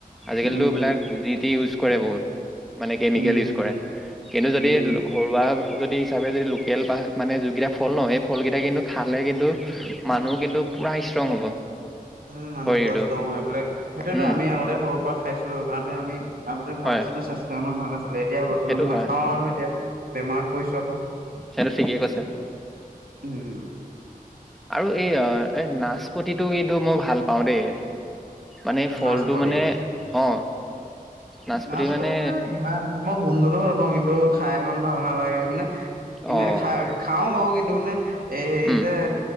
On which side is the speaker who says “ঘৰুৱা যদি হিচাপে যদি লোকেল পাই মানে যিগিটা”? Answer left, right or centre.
Centre